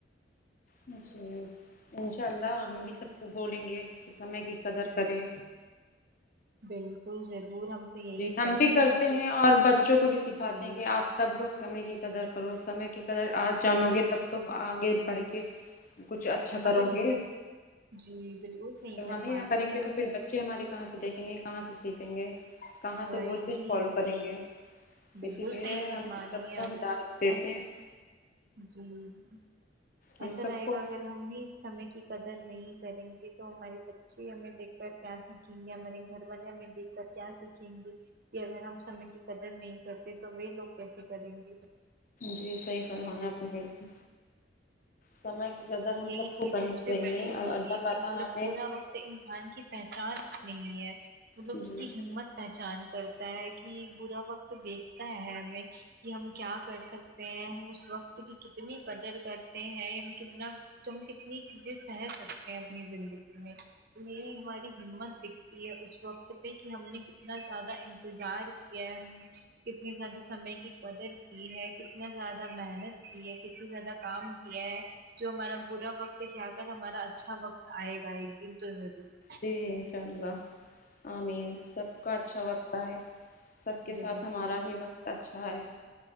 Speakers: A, on the left; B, on the right.
A: جی انشاء اللہ ہم بھی سب کو بولیں گے کی سمے کی قدر کریں
B: بالکل ضرور ہم تو یہی
A: جی ہم
B: کہتے
A: بھی کرتے
B: سب
A: ہیں
B: کو
A: اور بچوں کو بھی سکھاتے
B: جی
A: ہیں کہ آپ سب لوگ سمے کی قدر کرو سمے کی قدر آج
B: بالکل
A: جانو گے تب تو آگے پڑھ کے کچھ اچ اچھا کرو
B: اگر
A: گے
B: جی بالکل صحیح
A: جب
B: فرما
A: ہم ہی نہ
B: رہی
A: کریں
B: ہیں
A: گے تو
B: آپ
A: پھر بچ بچے ہمارے کہاں سے دیکھیں گے کہاں سے سیکھیں گے کہاں
B: بھائی
A: سے وہ چیز
B: جی
A: فالو کریں گے
B: بالکل
A: اسی لیے
B: صحیح فرما
A: ہم
B: رہی
A: سب
B: ہیں
A: کو
B: آپ
A: ہدایت دیتے
B: ایس
A: ہیں
B: جی جی
A: ہم
B: ایسے
A: سب
B: رہے
A: کو
B: گا اگر ہم بھی سمے کی قدر نہیں کریں گی تو ہماری بچی ہمیں دیکھ کر کیا سیکھیں گے ہمارے گھر والے ہمیں دیکھ کیا سیکھیں گی کہ اگر ہم سمے کی قدر نہیں کرتے تو وے لوگ کیسے کریں گے
A: جی صحیح
B: سمے
A: فرمایا
B: کی
A: آپ نے بالکل سمے کی قدر ہم
B: یہی
A: کو
B: چیز
A: کرنی
B: سب سے
A: چاہیے
B: بڑی ہوتی
A: اور اللہ
B: ہے
A: تعالی
B: کی مطلب
A: ہمیں
B: برا وقت انسان کی پہچان نہیں ہے مطلب
A: جی
B: اس کی ہمت پہچان کرتا ہے کی برا وقت دیکھتا ہے ہمیں کی ہم کیا کر سکتے ہیں ہم اس وقت کی کتنی قدر کر تے ہیں کتنا تم کتنی چیزیں سہے سکتے ہیں اپنی زندگی میں یہی ہماری ہمت دکھتی ہے اس وقت پے کی ہم نے کتنا زیادہ انتظار کیا ہم کتنی زیادہ سمے کی قدر کی ہے کتنا زیادہ محنت کی ہے کتنی زیادہ کام کیا ہے جو ہمارا برا وقت جا کر ہمارا اچھا وقت آئے گا ایک دن تو ضرور
A: جی انشاء اللہ آمین سب کا اچھا وقت آئے سب کے
B: بالکل
A: ساتھ ہمارا بھی وقت اچھا آئے